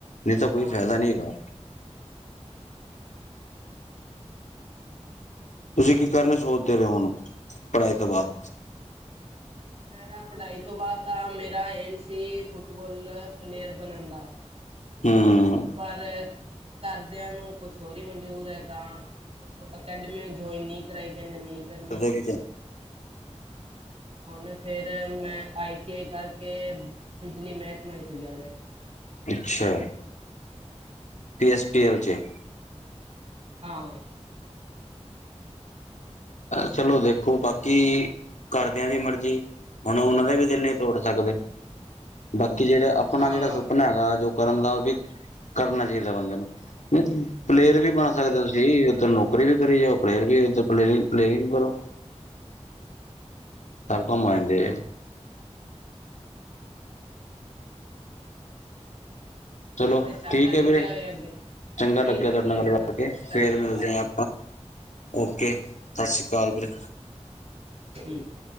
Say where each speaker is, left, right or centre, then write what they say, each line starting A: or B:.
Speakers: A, on the left; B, on the right.
A: ਨਹੀਂ ਤਾਂ ਕੋਈ
B: ਹਾਂ
A: ਫਾਇਦਾ ਨਹੀ ਹੈਗਾ। ਤੁਸੀਂ ਕੀ ਕਰਨੇ ਸੋਚਦੇ ਰਹੇ ਹੋ, ਹੁਣ ਪੜ੍ਹਾਈ ਤੋਂ ਬਾਅਦ?
B: ਮੇਰਾ ਪੜ੍ਹਾਈ ਤੋਂ ਬਾਅਦ ਤਾਂ ਮੇਰਾ ਏਮ ਸੀ, ਫੁੱਟਬੋਲ ਪਲੇਅਰ ਬਣਨ ਦਾ।
A: ਹੁੰ।
B: ਪਰ ਘਰਦਿਆਂ ਨੂੰ, ਕੁਛ ਹੋਰ ਹੀ ਮਨਜ਼ੂਰ ਹੈ, ਤਾਂ ਅਕੈਡਮੀ ਜੁਆਇਨ ਨਹੀਂ ਕਰਾਈ, ਕਹਿੰਦੇ ਨਈ ਕਰਨੀ।
A: ਅੱਛਾ
B: ਹੁਣ ਫਿਰ ਮੈਂ, ਆਈ ਟੀ ਆਈ ਕਰਕੇ ਬਿਜਲੀ ਮਹਿਕਮੇ 'ਚ ਜਾ ਰਿਹਾ
A: ਅੱਛਾ, ਪੀ ਐੱਸ ਪੀ ਐਲ 'ਚ
B: ਹਾਂ।
A: ਚਲੋ ਦੇਖੋ, ਬਾਕੀ ਘਰਦਿਆਂ ਦੀ ਮਰਜ਼ੀ, ਹੁਣ ਉਹਨਾਂ ਦਾ ਵੀ ਦਿਲ ਨਹੀਂ ਤੋੜ, ਸਕਦੇ ਬਾਕੀ, ਜਿਹੜਾ ਆਪਣਾ,
B: ਹਾਂ
A: ਜਿਹੜਾ ਸੁਪਨਾ ਹੈਗਾ ਜੋ ਕਰਨ ਦਾ ਵੀ, ਕਰਨਾ ਚਾਹੀਦਾ ਬੰਦੇ ਨੂੰ, ਨਹੀਂ ਪਲੇਅਰ ਵੀ ਬਣ ਸਕਦੇ ਤੁਸੀਂ ਉਸ ਨੂੰ ਪਰੇਅਰ ਕਰੀ ਜਾਓ, ਪਰੇ ਡੈਲੀ ਪ੍ਰੇਯਰ ਪਰੇਅਰ ਕਰੋ ਸਭ ਕੰਮ, ਆਏਗੇ।
B: ਵੈਸੇ
A: ਚਲੋ
B: ਚਾਚਾ
A: ਠੀਕ
B: ਲੱਗਿਆ
A: ਏ ਵੀਰੇ,
B: ਹੋਇਆ
A: ਚੰਗਾ
B: ਠੀਕ
A: ਲੱਗਿਆ
B: ਹੈ ਵੀਰੇ
A: ਤੁਹਾਡੇ ਨਾਲ ਗੱਲ ਕਰਕੇ
B: ਧੰਨਵਾਦ
A: ਫੇਰ ਮਿਲਦੇ ਆ। ਓਕੇ, ਸਤਿ ਸ਼੍ਰੀ ਅਕਾਲ ਵੀਰੇ।
B: ਠੀਕ ਹੈ